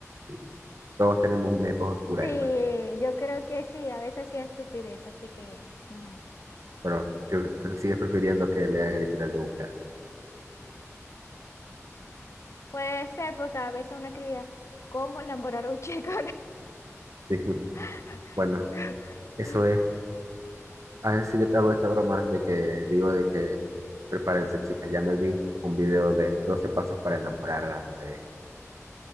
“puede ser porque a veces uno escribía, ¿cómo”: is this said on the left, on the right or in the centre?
Left